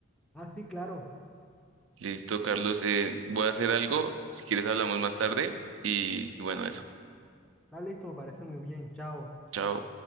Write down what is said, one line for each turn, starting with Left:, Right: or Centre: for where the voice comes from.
Centre: Ah, sí, claro.
Right: Listo, Carlos, eh, voy a hacer algo. Si quieres hablamos más tarde. Y bueno, eso.
Centre: Está listo, me parece muy bien. Chao.
Right: Chao.